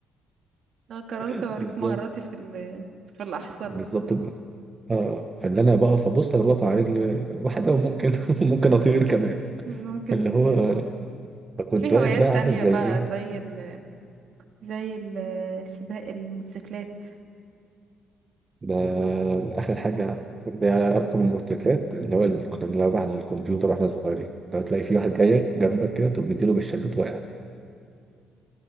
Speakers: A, on the right; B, on the right.
A: انا قررت
B: <laughs>
A: اوريك
B: بالظبط
A: مهاراتي في ال... في الأحصنة
B: بالظبط بقى اه فاللي انا بقف ابص انا بقف على رجل واحده وممكن <laughs> ممكن اطير كمان
A: ممكن
B: اللي
A: نطير
B: هو
A: كمان
B: فكنت
A: في
B: واقف
A: هوايات
B: بقى عامل
A: تانية
B: زي
A: بقى
B: ايه
A: زي ال... زي ال- سباق الموتوسيكلات
B: ده اخر حاجه ده على رقم الموتوسيكلات اللي هو اللي كنا بنلعب على الكمبيوتر واحنا صغيرين لو تلاقي في واحد جاي جنبك كده تقوم مديله بالشلوت واقع